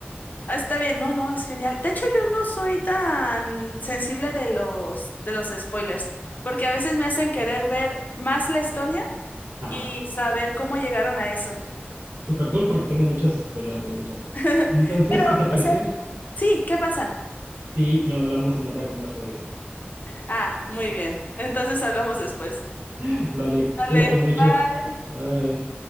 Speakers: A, on the left; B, on the right.
A: ah, está bien, no, no, es genial. De hecho, yo no soy tan sensible de los de los spoilers, porque a veces me hacen querer ver más la historia
B: Ajá.
A: y saber cómo llegaron a eso.
B: Super cool porque tengo muchos spoilers de muchas cosas.
A: <laughs>
B: Entonces,
A: Pero,
B: ¿qué te parece
A: o sea, sí, ¿qué pasa?
B: si lo hablamos en otra conversación?
A: Ah, muy bien. Entonces hablamos después.
B: <laughs> Vale,
A: Vale,
B: cuídate mucho.
A: bye.
B: Bye.